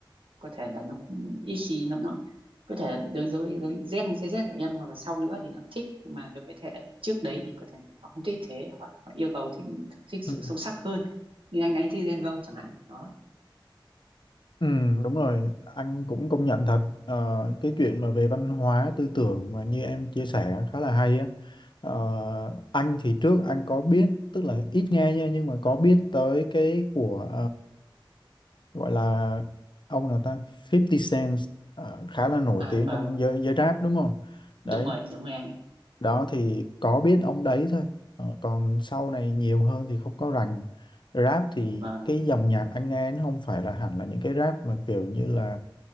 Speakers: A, on the right; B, on the left.
A: có thể là nó cũng ít khi nó nó có thể là đối với với Z Gen Z của em hoặc là sau nữa thì nó thích nhưng mà đối với thế hệ trước đấy thì có thể là họ không thích thế họ, họ yêu cầu thích thích sự
B: ừ
A: sâu sắc hơn như anh anh thích Gen Vogue chẳng hạn đó
B: ừ đúng rồi anh cũng công nhận thật Ờ, cái chuyện mà về văn hóa tư tưởng mà như em chia sẻ khá là hay á Ờ, anh thì trước anh có biết tức là ít nghe nha nhưng mà có biết tới cái của gọi là ông nào ta fifty Cent à, khá là nổi
A: à
B: tiếng
A: vâng
B: trong giới giới rap đúng không đấy
A: đúng rồi đúng rồi anh ạ
B: đó thì có biết ông đấy thôi Ờ, còn sau này nhiều hơn thì không có rành rap thì
A: vâng
B: cái dòng nhạc anh nghe nó không phải là hẳn là những cái rap mà kiểu như là